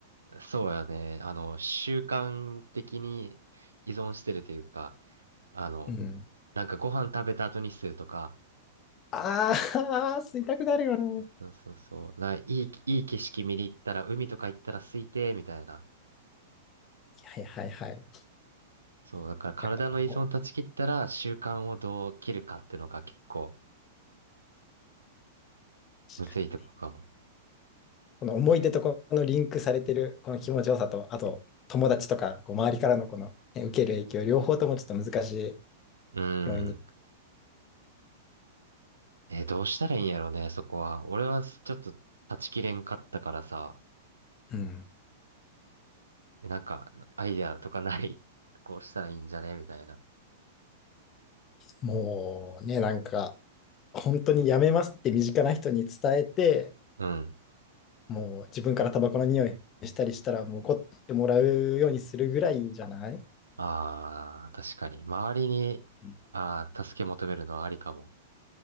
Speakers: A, on the right; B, on the left.
A: そうやね。あの、習慣的に依存してるというか、あの、
B: うん。
A: なんかご飯食べた後にするとか、
B: ああ、<laughs> 吸いたくなるよね。
A: そうそうそう。な、いい、いい景色見に行ったら海とか行ったら空いて、みたいな。
B: はいはいはいはい。い
A: そう、だから体の依存断ち切ったら習慣をどう切るかっていうのが結構、
B: や、こう確かに
A: むずいとこかも。
B: この思い出とこのリンクされてるこの気持ちよさと、あと友達とかこう周りからのこの、ね、受ける影響、両方ともちょっと難しい
A: うん。
B: 要因に。
A: え、どうしたらいいんやろうね、そこは。俺はちょっと断ち切れんかったからさ、
B: うん。
A: えなんか、アイデアとかない <laughs> こうしたらいいんじゃねみたいな。
B: もうね、なんか本当にやめますって身近な人に伝えて、
A: うん。
B: もう自分からタバコの匂いしたりしたら、もう怒ってもらうようにするぐらいじゃない
A: ああ、確かに。周りに、
B: うん
A: ああ、助け求めるのはありかも。